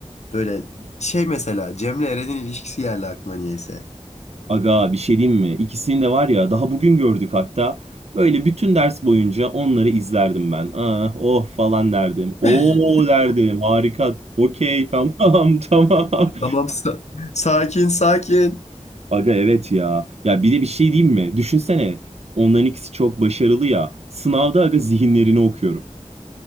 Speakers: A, on the left (about 70°); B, on the right (about 60°).
A: Böyle şey mesela Cem'le Eren'in ilişkisi geldi aklıma niyeyse.
B: Aga bir şey diyeyim mi? İkisini de var ya daha bugün gördük hatta. Böyle bütün ders boyunca onları izlerdim ben. Ah, oh falan derdim. Oo
A: <laughs>
B: derdim. Harika. Okey tamam <laughs> tamam.
A: Tamam sa- sakin sakin.
B: Aga evet ya. Ya bir de bir şey diyeyim mi? Düşünsene. Onların ikisi çok başarılı ya. Sınavda aga zihinlerini okuyorum.